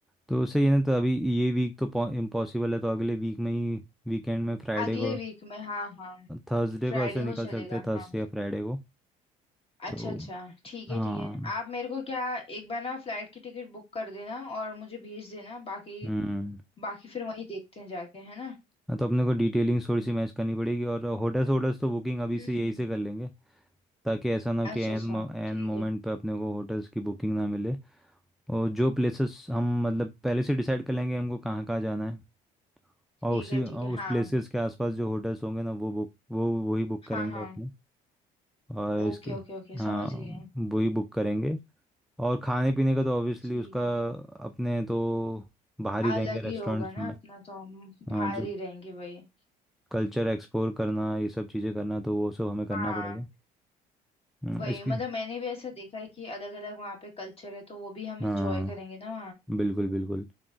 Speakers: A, in the centre; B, on the left.
A: तो सही है ना तो अभी ये वीक तो इम्पॉसिबल है तो अगले वीक में ही वीकेंड में फ्राइडे
B: अगले
A: को
B: वीक में हाँ हाँ
A: थर्सडे
B: फ्राइडे
A: को ऐसे निकल
B: को चलेगा
A: सकते हैं थर्सडे
B: हाँ
A: या फ्राइडे को
B: अच्छा
A: तो
B: अच्छा ठीक है
A: हाँ
B: ठीक है आप मेरे को क्या एक बार ना फ्लाइट की टिकट बुक कर देना और मुझे भेज देना बाकी
A: हम्म
B: बाकी फिर वहीं देखते हैं जाके है ना
A: हाँ, तो अपने को डिटेलिंग थोड़ी सी मैच करनी पड़ेगी और होटल्स होटल्स तो बुकिंग अभी
B: हम्म
A: से यही से कर लेंगे ताकि ऐसा ना हो कि
B: अच्छा
A: एन
B: अच्छा
A: एन
B: ठीक
A: मोमेंट
B: है
A: पे अपने को होटल्स की बुकिंग ना मिले और जो प्लेसेस हम मतलब पहले से डिसाइड कर लेंगे हमको कहाँ कहाँ जाना है और
B: ठीक
A: उसी
B: है ठीक
A: और
B: है
A: उस
B: हाँ
A: प्लेसेस के आसपास जो होटल्स होंगे ना वो बुक वो वही बुक करेंगे
B: हाँ हाँ
A: अपने और
B: ओके
A: इसके
B: ओके ओके
A: हाँ
B: समझ गए
A: वही बुक करेंगे और खाने पीने का तो ऑब्वियसली
B: ठीक
A: उसका
B: है
A: अपने तो बाहर ही
B: अलग
A: रहेंगे रेस्टोरेंट्स
B: ही होगा ना
A: में
B: अपना तो हम
A: हाँ
B: बाहर
A: जो
B: ही रहेंगे वही
A: कल्चर एक्सप्लोर करना ये सब चीज़ें करना तो वो सब हमें करना
B: हाँ
A: पड़ेगा हम्म,
B: वही
A: इसके
B: मतलब मैंने भी ऐसा देखा है कि अलग अलग वहाँ पे कल्चर है तो वो भी हम
A: हाँ
B: इंजॉय करेंगे ना
A: बिल्कुल बिल्कुल